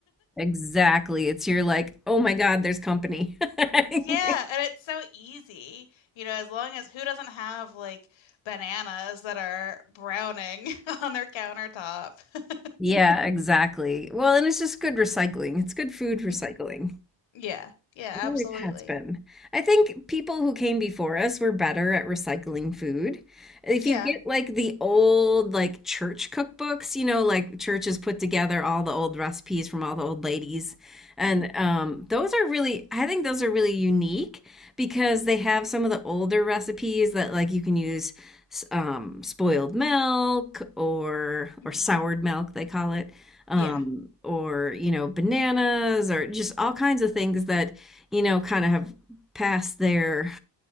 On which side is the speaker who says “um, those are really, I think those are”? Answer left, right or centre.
Centre